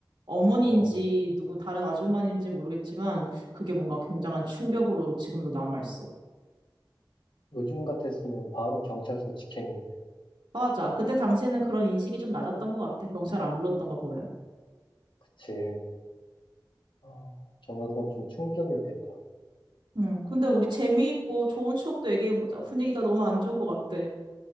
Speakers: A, on the right; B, on the left.
A: 어머니인지
B: 어,
A: 누구 다른 아줌마인지 모르겠지만 그게 뭔가 굉장한 충격으로 지금도 남아있어.
B: 요즘 같았으면 바로 경찰서 직행인데.
A: 맞아. 그때 당시에는 그런 인식이 좀 낮았던 것 같아. 경찰 안 불렀던 거 보면.
B: 그치. 아, 정말 그건 좀 충격이었겠다.
A: 음, 근데 우리 재미있고 좋은 추억도 얘기해보자. 분위기가 너무 안 좋은 것 같아.